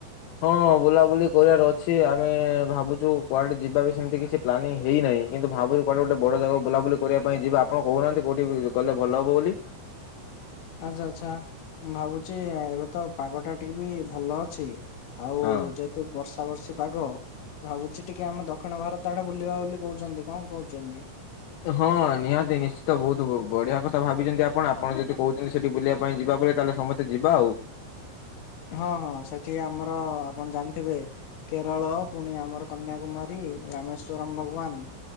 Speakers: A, on the left; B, on the left.
A: ହଁ ବୁଲାବୁଲି କରିବାର ଅଛି ଆମେ ଭାବୁଛୁ କୁଆଡେ ଯିବା ବି ସେମିତି କିଛି ପ୍ଲାନିଂ ହେଇନାହିଁ କିନ୍ତୁ ଭାବୁଚୁ କୁଆଡେ ଗୋଟେ ବଡ ଜାଗା ବୁଲାବୁଲି କରିବା ପାଇଁ ଯିବେ ଆପଣ କହୁନାହାନ୍ତି କୋଉଠି ଗଲେ ଭଲ ହବ ବୋଲି।
B: ଆଚ୍ଛା ଆଚ୍ଛା ମୁଁ ଭାବୁଛି ଏବେ ତ ପାଗଟା ଟିକେ ବି ଭଲ ଅଛି। ଆଉ
A: ହଁ।
B: ଯେହେତୁ ବର୍ଷା ବର୍ଷୀ ପାଗ। ଭାବୁଛି ଟିକେ ଆମେ ଦକ୍ଷିଣ ଭାରତ ଆଡେ ବୁଲିବା ବୋଲି କହୁଛନ୍ତି କଣ କହୁଛନ୍ତି?
A: ହଁ ନିହାତି ନିଶ୍ଚିତ ବହୁତ ବଢିଆ କଥା ଭାବିଛନ୍ତି ଆପଣ ଆପଣ ଯଦି କହୁଛନ୍ତି ସେଠି ବୁଲିବା ପାଇଁ ଯିବା ବୋଲି ତାହେଲେ ସମସ୍ତେ ସମସ୍ତେ ଯିବା ଆଉ।
B: ହଁ ହଁ ସେଠି ଆମର ଆପଣ ଜାଣିଥିବେ କେରଳ ପୁଣି ଆମର କନ୍ୟାକୁମାରୀ ରାମେଶ୍ଵରମ ଭଗବାନ।